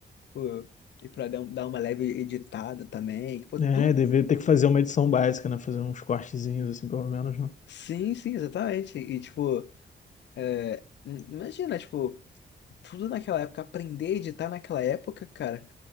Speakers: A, on the left (about 85°); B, on the left (about 45°).
A: Pô, e pra dar, um- dar uma leve editada também, tipo,
B: É,
A: tudo.
B: deveria ter que fazer uma edição básica, né? Fazer uns cortezinhos, assim, pelo menos, né?
A: Sim, sim, exatamente. E, tipo, é, im- imagina, tipo. tudo naquela época, aprender a editar naquela época, cara.